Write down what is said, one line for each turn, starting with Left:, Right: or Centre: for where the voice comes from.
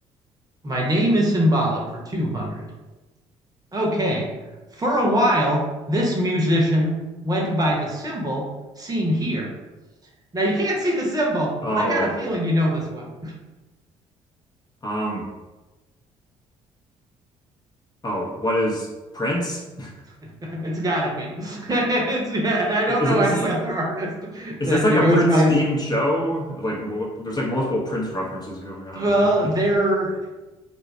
Right: My name is symbolic for two hundred. Okay. For a while, this musician went by the symbol seen here. Now you can't see the symbol,
Left: Oh,
Right: but I got a feeling you know this one.
Left: um oh, what is Prince? <laughs>
Right: <laughs> it's got to be. <laughs> it's, I don't
Left: Is
Right: know
Left: it?
Right: any
Left: Is this like
Right: other artist
Left: is
Right: that,
Left: this like
Right: that
Left: a
Right: goes
Left: Prince
Right: by his.
Left: themed show? Like wh- there's like multiple Prince references going on
Right: Well,
Left: here. <laughs>
Right: there.